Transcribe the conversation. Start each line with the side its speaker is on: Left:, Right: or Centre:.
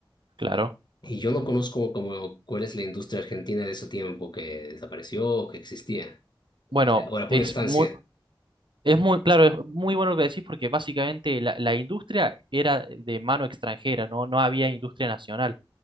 Right: claro.
Left: Y yo no conozco como cuál es la industria argentina de ese tiempo que desapareció o que existía.
Right: Bueno,
Left: Era, o era pura
Right: es
Left: estancia.
Right: muy... Es muy, claro, es muy bueno lo que decís porque básicamente la, la industria era de mano extranjera, ¿no? No había industria nacional.